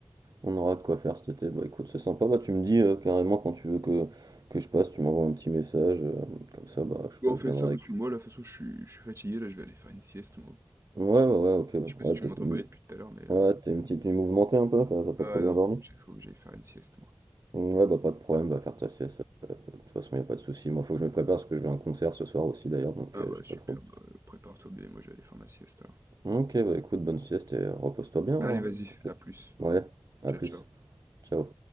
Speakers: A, on the right; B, on the right.
A: On aura de quoi faire cet été. Bah, écoute, c'est sympa. Bah, tu me dis euh, carrément quand tu veux que, que je passe, tu m'envoies un petit message. euh, comme ça, bah, je sais
B: Bon,
A: pas,
B: on
A: je
B: fait
A: viendrai
B: ça parce que moi, là, de toute façon, je suis, je suis fatigué, là, je vais aller faire une sieste, moi.
A: Ouais, ouais, ouais, ok, bah,
B: Je sais pas
A: ouais,
B: si tu
A: peut-être
B: m'entends
A: une...
B: bailler depuis tout à l'heure, mais...
A: Ouais,
B: euh,
A: t'es une petite nuit mouvementée un peu, t'as t'as pas
B: Ah
A: trop bien
B: non,
A: dormi?
B: faut que j'aille faut que j'aille faire une sieste, moi.
A: Ouais, bah pas de problème, va faire ta sieste, euh, de toute façon y a pas de souci. Moi faut que je me prépare parce que je vais à un concert ce soir aussi d'ailleurs, donc
B: Ah
A: euh,
B: bah
A: j'ai
B: super,
A: pas trop le
B: bah, prépare-toi bien, moi je vais aller faire ma sieste alors.
A: temps. Ok, bah écoute, bonne sieste et repose-toi bien.
B: Allez,
A: hein.
B: vas-y,
A: Ok.
B: à plus.
A: Ouais, à
B: Ciao,
A: plus,
B: ciao.
A: ciao.